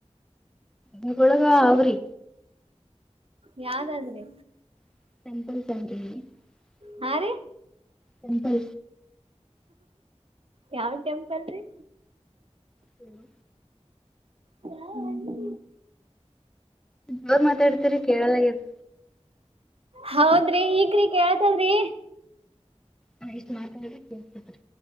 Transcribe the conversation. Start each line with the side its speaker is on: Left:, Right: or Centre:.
Centre: ಹಗಳ ಮಾವರಿ
Right: ಯಾವದಾದ್ರಿ,
Centre: <unintelligible>
Right: ಹಾ ರೀ,
Centre: ಟೆಂಪಲ್,
Right: ಯಾವ ಟೆಂಪಲ್ ರೀ,
Centre: ಹಲೋ,
Right: ಹ್ಮ,
Centre: ಜೋರ್ ಮಾತಾಡ್ತರಿ ಕೇಳಲ ಆಗ್ಯಾದ್,
Right: ಹೌದ್ರಿ ಈಗ್ರಿ ಕೇಳ್ತದ್ರಿ.
Centre: ಹಾ ಇಷ್ಟು ಮಾತಾಡ್ರ ಕೇಳ್ತಿದ್ರಿ,